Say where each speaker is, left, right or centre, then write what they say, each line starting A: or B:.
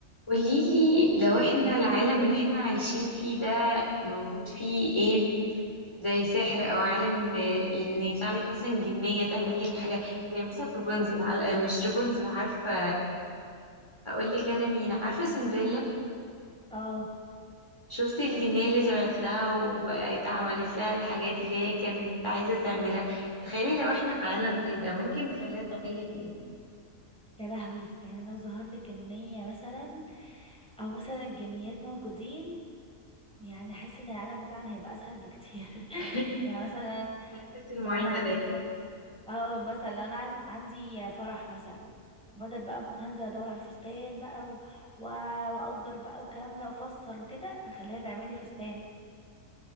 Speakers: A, on the left (about 20°); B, in the centre.
A: قوليلي لو احنا العالم اللي احنا عايشين فيه ده موجود فيه ايه زي سحر او عالم آه، ان يطلع لك مثلا جنية تعمل لك حاجة زي مثلا رابنزل عل- آه، مش رابنزل عارفة هقول لك انا مين عارفة سندريلا
B: اه
A: شفتي الجنية اللي طلعت لها وبقت عملت لها الحاجات اللي هي كانت عايزة تعملها تخيلي لو احنا في عالم زي ده ممكن تخليها تعمل لك ايه
B: يا لهوي يعني لو ظهر لي جنية مثلا او مثلا الجنيات موجودين يعني احس ان العالم بتاعنا هيبقى اسهل بكتير
A: <laughs>
B: <laughs> يعني مثلا
A: تغسل المواعين
B: لو انا
A: بدالي
B: عندي فرح اه مثلا لو انا عن- عندي فرح مثلا بدل بقى ما هنزل ادور على الفستان بقى و... و- واجر بقى والكلام ده وافصل وكده اخليها تعملي فستان